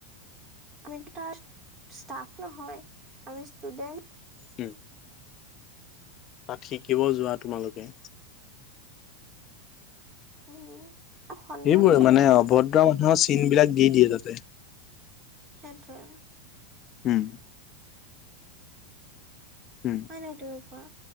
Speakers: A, on the right; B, on the left.
A: আমিতো তাত ষ্টাফ নহয়, আমি ষ্টুডেণ্ট
B: উম। তাত শিকিব যোৱা তোমালোকে।
A: উম। সন্মান
B: এইবোৰৰে
A: চবকে
B: মানে
A: লাগে
B: অভদ্ৰ মানুহৰ চিন বিলাক দি দিয়ে তাতে।
A: সেইটোৱে।
B: ওম উম।
A: হয় নাই তুমি কোৱা,